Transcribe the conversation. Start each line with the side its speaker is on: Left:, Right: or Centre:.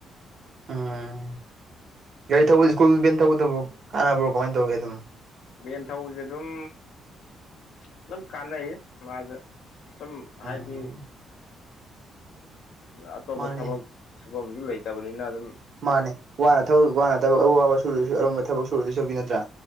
Right: ꯎꯝ ꯒꯥꯔꯤ ꯊꯧꯕ ꯁ꯭ꯀꯨꯜ ꯕꯦꯟ ꯊꯧꯕꯗꯨꯕꯨ ꯀꯥꯟꯅꯕ꯭ꯔꯣ ꯀꯃꯥꯏ ꯇꯧꯒꯦ ꯑꯗꯨꯝ
Left: ꯕꯦꯟꯊꯧꯕꯖꯦ ꯑꯗꯨꯝ ꯑꯗꯨꯝ ꯀꯥꯟꯅꯩꯌꯦ ꯃꯥꯖꯨ ꯁꯨꯝ ꯍꯥꯏꯗꯤ
Right: ꯎꯝ
Left: ꯑꯇꯣꯞꯄ
Right: ꯃꯥꯅꯤ
Left: ꯊꯕꯛ ꯁꯨꯚꯝꯕꯖꯨ ꯂꯩꯇꯕꯅꯤꯅ ꯑꯗꯨꯝ
Right: ꯃꯥꯅꯦ ꯋꯥꯅ ꯊꯕꯛ ꯋꯥꯅ ꯊꯕꯛ ꯑꯋꯥꯕ ꯁꯨꯔꯨꯗꯁꯨ ꯑꯔꯨꯝꯕ ꯊꯕꯛ ꯁꯨꯔꯗꯣꯏꯁꯨꯒꯤ ꯅꯠꯇ꯭ꯔꯥ